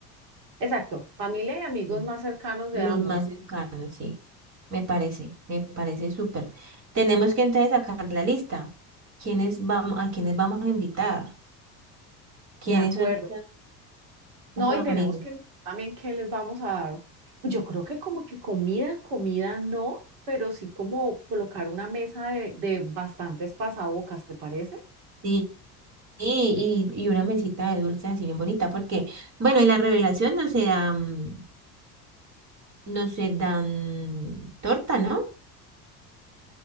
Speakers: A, on the right (about 65°); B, on the right (about 35°).
A: Exacto, familia y amigos
B: Ujú.
A: más cercanos de
B: Los
A: ambos.
B: más cercanos, sí. Me parece, me parece súper. Tenemos que entonces sacar la lista. ¿Quiénes vamos, a quiénes vamos a invitar? ¿Quiénes
A: De acuerdo.
B: son esa-
A: No,
B: esos
A: y tenemos
B: amigos?
A: que mirar también qué les vamos a dar. Yo creo que como que comida, comida no, pero sí como colocar una mesa de, de bastantes pasabocas, ¿te parece?
B: Sí, y, y, y una mesita de dulces así bien bonita, porque, bueno, y la revelación no se dan, no se dan torta, ¿no?